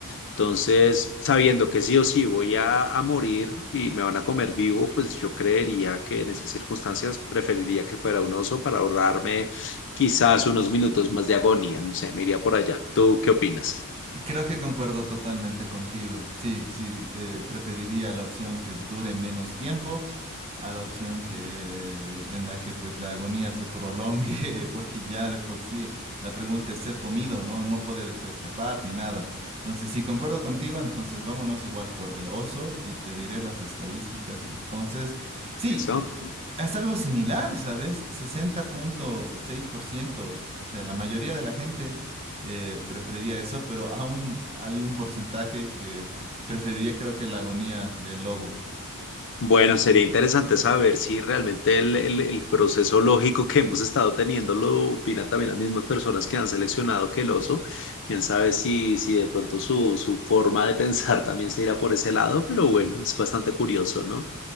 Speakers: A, on the left; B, on the right.
A: Entonces, sabiendo que sí o sí voy a, a morir y me van a comer vivo, pues yo creería que en esas circunstancias preferiría que fuera un oso para ahorrarme quizás unos minutos más de agonía. No sé, me iría por allá. ¿Tú qué opinas?
B: Creo que concuerdo totalmente contigo. Sí, sí, eh, preferiría la opción que dure menos tiempo a la opción que en la que pues la agonía se prolongue, <laughs> porque ya de por sí la pregunta es ser comido, no, no poderte escapar ni nada. Entonces, sí, concuerdo contigo, entonces vámonos igual por el oso y te diré las estadísticas. Entonces, sí,
A: Eso.
B: Haz algo similar, ¿sabes? sesenta punto seis por ciento, O sea, la mayoría de la gente eh, preferiría eso, pero aún hay un porcentaje que preferiría, creo que la agonía del lobo.
A: Bueno, sería interesante saber si realmente el, el- el proceso lógico que hemos estado teniendo lo opinan también las mismas personas que han seleccionado que el oso. Quién sabe si, si de pronto su, su forma de pensar <laughs> también se irá por ese lado, pero bueno, es bastante curioso, ¿no?